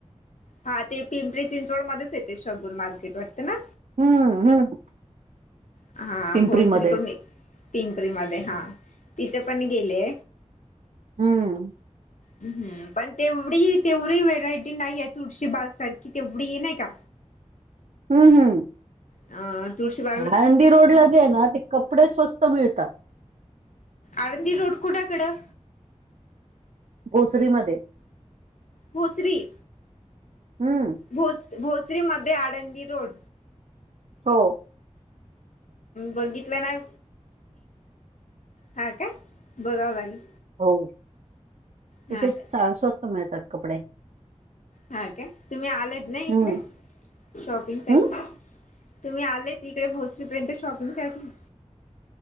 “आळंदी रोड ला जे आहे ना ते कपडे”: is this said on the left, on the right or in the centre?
Right